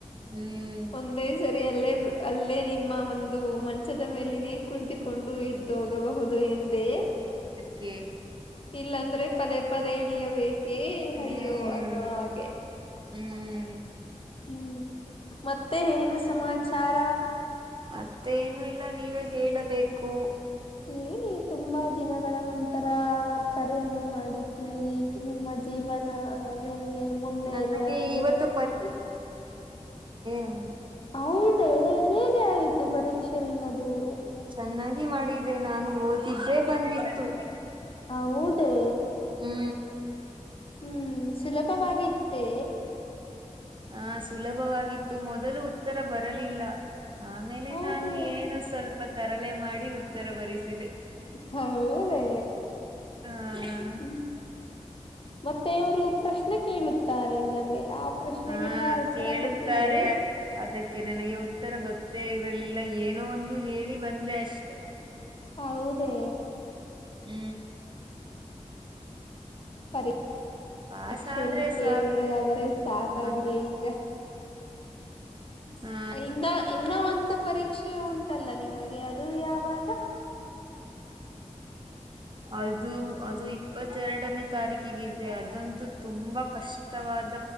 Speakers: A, on the right; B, on the left.
A: ಹ್ಮ್
B: ಒಂದೇ ಸರಿ ಅಲ್ಲೇ ಅಲ್ಲೇ ನಿಮ್ಮ ಒಂದು ಮಂಚದ ಮೇಲಿನೇ ಕುಳಿತುಕೊಂಡು ಇದ್ದೋಗಬಹುದು ಇದು ಹಿಂಡಿ
A: ಕೆ
B: ಇಲ್ಲಂದ್ರೆ ಪದೇ ಪಡೆ ಇಡಿಯಬೇಕು ಏ
A: ಹ್ಮ್
B: ಅಯ್ಯೋ ಅನ್ನೋ ಹಾಗೆ
A: ಹ್ಮ್
B: ಹೂ ಮತ್ತೆ ಏನು ಸಮಾಚಾ ರಾ ಚಾರಾ
A: ಮತ್ತೇನು ಇಲ್ಲ ನೀವೆ ಹೇಳಬೇಕು
B: ಏನಿ ತುಂಬಾ ದಿನಗಳ ನಂತರಾ ತರ ಕರೆಯನ್ನು ಮಾಡಿದ್ದೀರಿ ನಿಮ್ಮ ಜೀವನ ನಿನ್ನೆ ಮೊನ್ನೆ
A: ನನಗೆ
B: ಎಲ್ಲ ಹೇಗೆ
A: ಇವತ್ತು
B: ಇತ್ತು
A: ಹೂ
B: ಹೌದೆ ಹೇಗೆ ಆಯತು ಪರೀಕ್ಷೆ ನಿಮ್ಮದ <unintelligible>
A: ಚೆನ್ನಾಗಿ ಮಾಡಿದ್ದ ದೆ ನಾನು ಓದಿದ್ರೆ ಬಂದಿತ್ತು
B: ಹೌದೇ
A: ಹೂ
B: ಹೂ ಸುಲಭವಾಗಿತ್ತೆ
A: ಹಾ ಸುಲಭವಾಗಿತ್ತು ಮೊದಲು ಉತ್ತರ ಬರಲಿಲ್ಲ ಆಮೇಲೆ
B: ಹೌದೇ
A: ನಾನು ಏನೋ ಸ್ವಲ್ಪ ಸ್ವಲ್ಪ ತರಲೆ ಮಾಡಿ ಉತ್ತರ ಬರಿಸಿದೆ
B: ಹೌದೇ
A: ಹಾ
B: ಹೂ ಮತ್ತೆ ಅವರು ಪ್ರಶ್ನೆ ಕೇಳುತ್ತಾರೆ ಇಲ್ಲವೇ ಆ ಪ್ರಶ್ನೆಗೆಲ್ಲ
A: ಹಾ
B: ಉತ್ತರ
A: ಕೇಳುತ್ತಾರೆ
B: ಕೊಡ್ತಿದೆ
A: ಅದಕ್ಕೆ ನನಗೆ ಉತ್ತರ ಗೊತ್ತು ಇರಲಿಲ್ಲ ಏನೋ ಒಂದು ಹೇಳಿ ಬಂದೆ ಅಷ್ಟೆ
B: ಹೌದ ದೇ
A: ಹೂ
B: ಪ <unintelligible>
A: ಪಾಸ್
B: ಶಿಕ್ಷೆಯಲ್ಲಿ
A: ಆದ್ರೆ
B: ತೇರ್ಗಡೆ
A: ಸಾಕು
B: ಆದರೆ ಸಾಕಾಗಿದೇ
A: ಹ
B: ಈಗ
A: ಹಾ
B: ಇನ್ನ ಇನ್ನ ಒಂದು ಪರೀಕ್ಷೆ ಉಂಟು ಲ್ಲ ನಿಮಗೆ ಅದು ಯಾವಾಗ
A: ಅದು ಅದು ಇಪ್ಪತ್ತೆರಡನೇ ತಾರೀಕು ಕ್ಕಗಿದ್ರೆ ಅದಂತೂ ತುಂಬಾ ಕಷ್ಟವಾದ